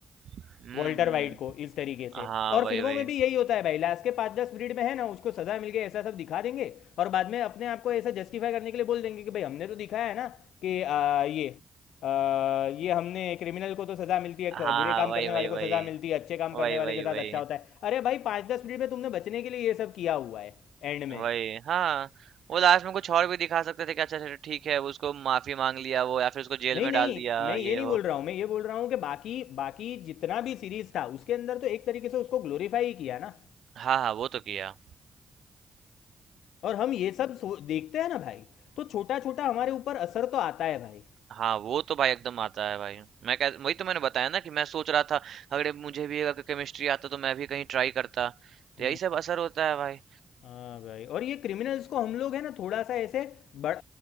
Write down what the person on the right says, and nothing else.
हम्म
हम्म,
हाँ
वही
वही
हाँ
हाँ
वही
वही
वही
वही
वही
वही
वही
हाँ वो लास्ट में कुछ और भी दिखा सकते थे कि अच्छा चलो ठीक है उसको माफी मांग लिया वो या फिर उसको जेल
में
डाल दिया
ये
वो
हाँ हाँ वो तो किया
हाँ, वो तो भाई एकदम आता है भाई। मैं कह वही तो मैंने बताया ना कि मैं सोच रहा था अगर मुझे भी अगर केमिस्ट्री आता तो मैं भी कहीं ट्राई करता।
तो यही सब असर होता है भाई।